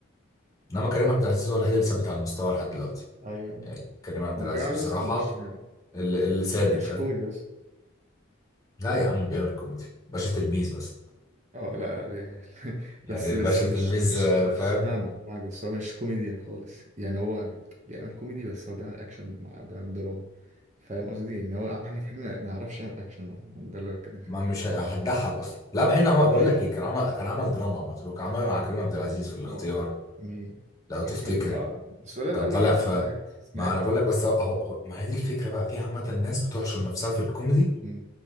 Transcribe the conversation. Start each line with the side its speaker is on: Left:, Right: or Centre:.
Left: انما كريم عبد العزيز هو الوحيد اللي ثابت على المستوى لحد دلوقتي
Right: أيوه أيوه
Left: يعني كريم عبد
Right: وكان
Left: العزيز
Right: عايز
Left: بصراحه
Right: أصلا مش
Left: اللي, اللي ثابت
Right: مش
Left: فاهم
Right: كوميدي أصلا
Left: لا يا عم بيعمل كوميدي باشا تلميذ بس
Right: اه لا لا يعني <laughs>
Left: يعني
Right: بس
Left: الباشا
Right: بس
Left: تلميذ
Right: مش مش
Left: آه،
Right: بس
Left: فاهم
Right: فاهمك معاك بس هو مش كوميديان خالص يعني هو بيعمل كوميدي بس هو بيعمل اكشن معاه وبيعمل دراما فاهم قصدي يعني هو احمد حلمي ما ما يعرفش يعمل اكشن مثلا ده اللي بتكلم فيه
Left: ما مش ه- هتضحك اصلا لا مع ان هو بقول
Right: ايوه
Left: لك ايه كان عمل كان عمل دراما مع مطروح كان عمل مع كريم عبد العزيز في الاختيار
Right: هو مين
Left: لو تفتكر
Right: احمد حلمي اه بس قليل
Left: كان
Right: قوي
Left: طالع
Right: يعني
Left: في
Right: دي حاجات استثنائيه
Left: ما انا بقول
Right: خالص
Left: لك بس هو هو- ما هي دي الفكره بقى في عامه الناس بتحشر نفسها في الكوميدي
Right: مم.